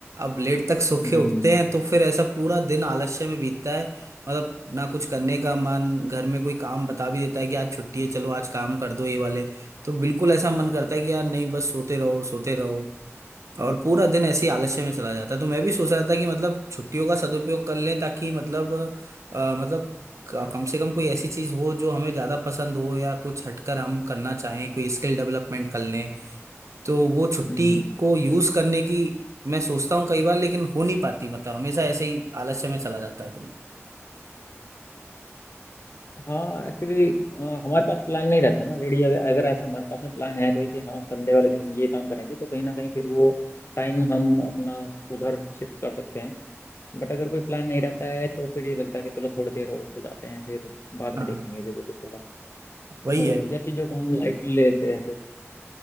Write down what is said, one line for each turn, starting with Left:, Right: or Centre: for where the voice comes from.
Right: अब लेट तक सो
Left: हम्म
Right: के उठते हैं तो फिर ऐसा पूरा दिन आलस्य में बीतता है मतलब ना कुछ करने का मन घर में कोई काम बता भी देता है कि आज छुट्टी है चलो आज काम कर दो ये वाले तो बिल्कुल ऐसा मन करता है कि यार नहीं बस सोते रहो सोते रहो और पूरा दिन ऐसे ही आलस्य में चला जाता है तो मैं भी सोच रहा था कि मतलब छुट्टियों का सदुपयोग कर लें ताकि मतलब अ, मतलब क- कम से कम कोई ऐसी चीज हो जो हमें ज्यादा पसंद हो या कुछ हटकर हम करना चाहें कोई स्किल डेवलपमेंट कर लें तो वो छुट्टी
Left: हम्म हम्म।
Right: को यूज करने की मैं सोचता हूँ कई बार लेकिन हो नहीं पाती मतलब हमेशा ऐसे ही आलस्य में चला जाता है दिन
Left: हाँ एक्चुअली हमारे पास प्लान नहीं रहता ना रेडी अगर, अगर ऐसा हमारे पास में प्लान है कोई कि हाँ संडे वाले दिन हम ये काम करेंगे तो कहीं ना कहीं फिर वो टाइम हम अपना उधर शिफ्ट कर सकते हैं बट अगर कोई प्लान नहीं रहता है तो फिर ये लगता है कि चलो थोड़ी देर और सो जाते हैं फिर बाद में
Right: हाँ
Left: देखेंगे जो भी कुछ होगा
Right: वही
Left: और
Right: है
Left: या चीज़ों को हम लाइटली लेते हैं फिर